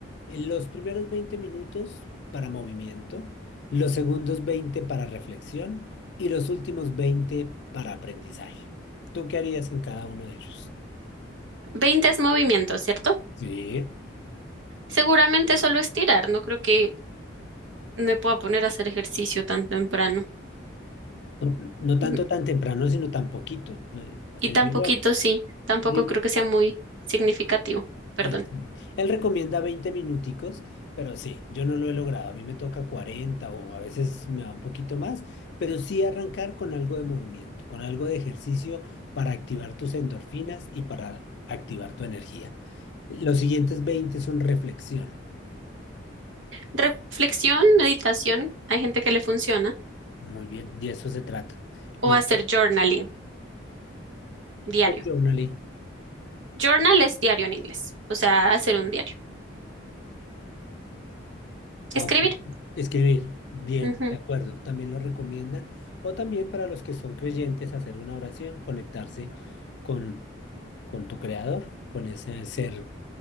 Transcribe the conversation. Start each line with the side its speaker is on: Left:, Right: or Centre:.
Left: En Los primeros 20 minutos para movimiento, los segundos 20 para reflexión y los últimos 20 para aprendizaje. ¿Tú qué harías en cada uno de ellos?
Right: 20 es movimiento, ¿cierto?
Left: Sí.
Right: Seguramente solo estirar, no creo que me puedo poner a hacer ejercicio tan temprano.
Left: No, no
Right: Ujú.
Left: tanto tan temprano, sino tan poquito. Eh,
Right: Y
Left: El
Right: tan
Left: libro,
Right: poquito, sí, tampoco
Left: el libro,
Right: creo que sea muy significativo. Perdón.
Left: Eh, sí. Él recomienda 20 minuticos, pero sí, yo no lo he logrado. A mí me toca 40 o a veces me va un poquito más, pero sí arrancar con algo de movimiento, con algo de ejercicio para activar tus endorfinas y para activar tu energía. Los siguientes veinte son reflexión.
Right: Reflexión, meditación, hay gente que le funciona.
Left: Muy bien, de eso se trata.
Right: O
Left: Los
Right: hacer journaling, diario.
Left: journaling,
Right: Journal es diario en inglés, o sea, hacer un diario. Escribir.
Left: ah, ok. Escribir, bien,
Right: Ujú.
Left: de acuerdo, también lo recomiendan. O también para los que son creyentes, hacer una oración, conectarse con con tu creador, con ese ser